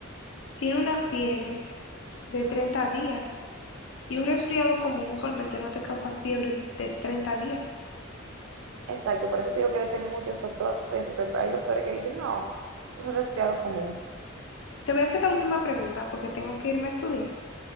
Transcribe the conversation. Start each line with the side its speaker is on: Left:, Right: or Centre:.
Left: tiene una fiebre de 30 días y un resfriado común usualmente no te causa fiebre de 30 días.
Right: exacto, por eso te digo que depende de muchos doctores, porque hay doctores que dicen, no, eso es un resfriado común.
Left: Te voy a hacer la última pregunta porque tengo que irme a estudiar.